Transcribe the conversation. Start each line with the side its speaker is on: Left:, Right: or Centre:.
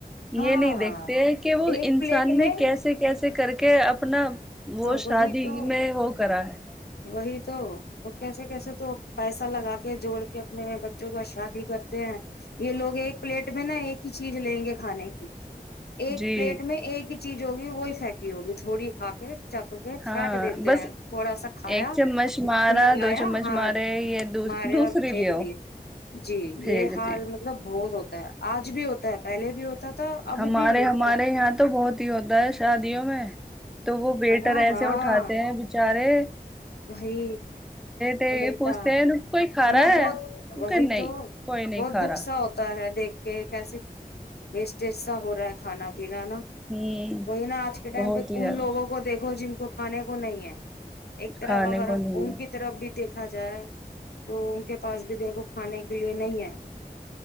Left: ہاں
Centre: یہ نہیں دیکھتے ہیں کہ وہ
Left: ایک
Centre: انسان
Left: پلیٹ
Centre: نے
Left: میں
Centre: کیسے کیسے کر کے کہ <unintelligible> اپنا وہ
Left: وہی
Centre: شادی
Left: تو
Centre: میں وہ کرا ہے
Left: وہی تو وہ کیسے کیسے تو پیسہ لگا کے جوڑ کے بچوں کا شادی کرتے ہیں <unintelligible> یہ لوگ ایک <unintelligible> پلیٹ میں نا ایک ہی چیز لیں گے ہ نہیںیک <unintelligible> ایک
Centre: جی
Left: پلیٹ میں ایک چیز ہوگی وہی پھیکی ہوگی تھوڑی کا پ چک کے
Centre: ہاں
Left: پھینک دیتے
Centre: بس
Left: ہیں تھوڑا سا کھایا
Centre: ایک چمچ
Left: منہ
Centre: مارا
Left: لگایا
Centre: دو چمچ
Left: ہاتھ
Centre: مارے یہ
Left: مارے
Centre: دوسری
Left: اور پھینک
Centre: بھی ہو
Left: دیے جی
Centre: پھینک
Left: یہ حال
Centre: دی
Left: مطلب بہت ہوتا ہے آج بھی ہوتا ہے پہل بھی ہوتا تھا اب
Centre: ہمارے
Left: بھی ہوتا
Centre: ہمارے
Left: ہے
Centre: یہاں تو بہت ہوتا ہے شادیوں میں <unintelligible> تو وہ بیٹر
Left: نا
Centre: ایسے
Left: ہاں
Centre: اٹھاتے ہیں بیچارے
Left: وہی
Centre: یہ
Left: پلیٹا
Centre: پوچھتے ہیں کوئی کھا
Left: ہمیں
Centre: رہا ہے
Left: بہت
Centre: کیونکہ
Left: وہی
Centre: نہیں
Left: تو
Centre: کوئی نہیں
Left: بہت
Centre: کھا
Left: دکھ
Centre: رہا
Left: سا ہوتا ہے دیکھ کے کیسے وسٹیج سا ہو رہا ہے کھانا پ نا
Centre: ہوں
Left: وہی نا آج کے ٹائم
Centre: بہت
Left: پہ
Centre: ہی زیادہ
Left: ان لوگوں کو دیکھو جن کو کھانے کو نہیں ہے <unintelligible> ایک طرف
Centre: کھانے
Left: اگر
Centre: کو نہیں
Left: ان
Centre: ہے
Left: کی طرف بھی دیکھا جائے تو ان کے پاس بھی دیکھو کھانے کے لیے نہیں ہے <unintelligible>